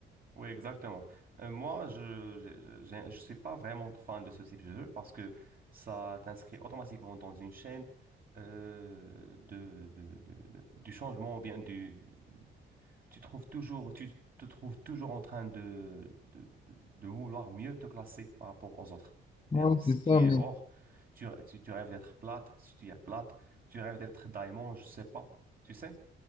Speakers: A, on the right; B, on the left.
A: Oui, exactement. Euh, moi, je je, je- je suis pas vraiment fan de ce type de jeu parce que ça t'inscrit automatiquement dans une chaîne euh, de, de, de- de- du changement ou bien du tu trouves toujours tu te trouves toujours en train de de, de- de vouloir mieux te classer par rapport aux autres.
B: Ouais,
A: C'est-à-dire si
B: c'est ça,
A: tu
B: mais
A: es or, tu, tu, tu rêves d'être plate, si tu es plate, tu rêves d'être diamant, je sais pas, tu sais?